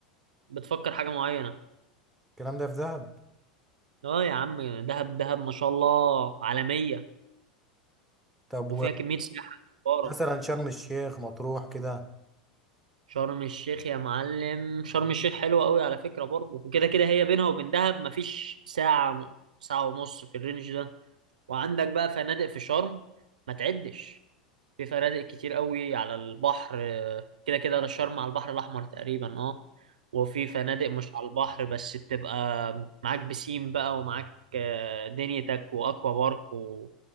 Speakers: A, on the right; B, in the centre.
A: بتفكر حاجة معينة
B: الكلام ده في دهب
A: اه يا عم دهب دهب ما شاء الله عالمية
B: طب
A: وفيها كمية سياحة كبارة
B: مثلا شرم الشيخ مطروح كده
A: شرم الشيخ يا معلم شرم الشيخ حلوة قوي على فكرة برضه وكده كده هي بينها وبين دهب مفيش ساعة ساعة ونص في الرينج ده وعندك بقى فنادق في شرم ما تعدش في فنادق كتير قوي على البحر آه، كده كده انا شرم على البحر الاحمر تقريبا اه وفي فنادق مش على البحر بس بتبقى معاك بسين بقى ومعاك آه، دنيتك واكوا بارك و...